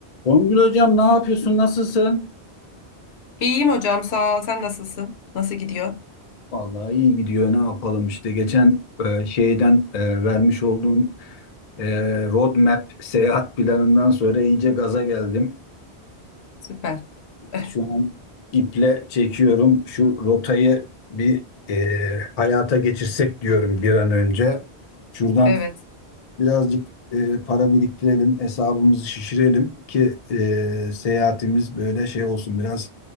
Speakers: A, on the left; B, on the left.
A: Songül hocam ne yapıyorsun? Nasılsın?
B: İyiyim hocam sağ ol. Sen nasılsın? Nasıl gidiyor?
A: Vallahi iyi gidiyor. Ne yapalım işte geçen e, şeyden e, vermiş olduğun e, roadmap seyahat planından sonra iyice gaza geldim.
B: Süper. Eh,
A: Şu an iple çekiyorum. Şu rotayı bir e, hayata geçirsek diyorum bir an önce. Şuradan
B: Evet,
A: birazcık e, para biriktirelim, hesabımızı şişirelim ki e, seyahatimiz böyle şey olsun biraz